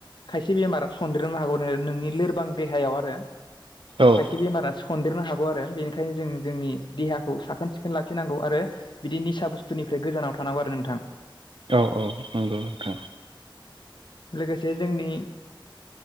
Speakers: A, on the left; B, on the right.
A: खायसे बेमारा सनदेरनो हागौ नोंनि लोरबां देहायाव आरो।
B: औ
A: खायसे बेमारा सनदेरनो हागौ आरो बेनिखायनो जों जोंनि देहाखौ साखोन सिखोन लाखिनांगौ आरो। बिदि निसा बुस्थुनिफ्राय गोजानाव थानांगौ आरो नोंथां।
B: औ औ नंगौ नोंथां।
A: लोगोसे जोंनि।